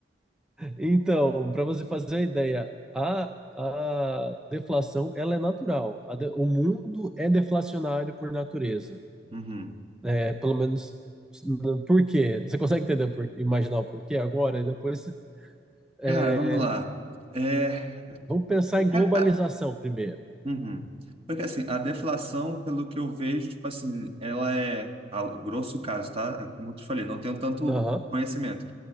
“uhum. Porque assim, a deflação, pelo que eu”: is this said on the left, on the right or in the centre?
Right